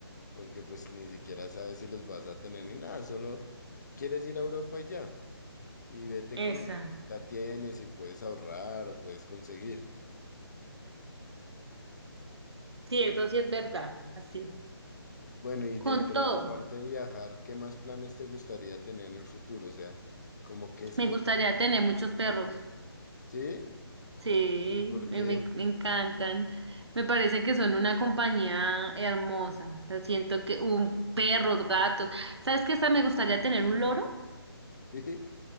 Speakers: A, on the left; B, on the right.
A: porque pues ni siquiera sabes si los vas a tener ni nada, solo quieres ir a Europa y ya, y vete
B: Exacto.
A: con lo que ahorita tienes y puedes ahorrar o puedes conseguir.
B: Sí, eso sí es verdad, así.
A: Bueno, y dentro,
B: Con todo,
A: aparte de viajar, ¿qué más planes te gustaría tener en el futuro? O sea, como qué expectativa,
B: me gustaría tener muchos perros.
A: ¿sí?
B: Sí,
A: ¿Y por
B: me,
A: qué?
B: me- me encantan. Me parece que son una compañía hermosa. O sea, siento que un perros, gatos. ¿Sabes qué? Hasta me gustaría tener un loro. <laughs>
A: <laughs> ¿Sí?